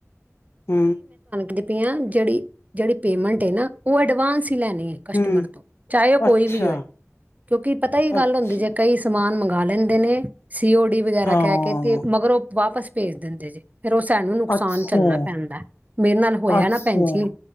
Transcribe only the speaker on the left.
ਮ।
ਹੂੰ,
ਅੱਛਾ,
ਅੱਛਾ,
ਹਾਂ,
ਅੱਛਾ,
ਅੱਛਾ,